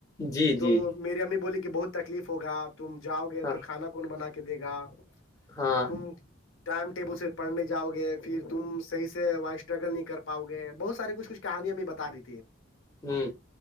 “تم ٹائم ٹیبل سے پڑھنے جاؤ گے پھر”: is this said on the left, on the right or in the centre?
Left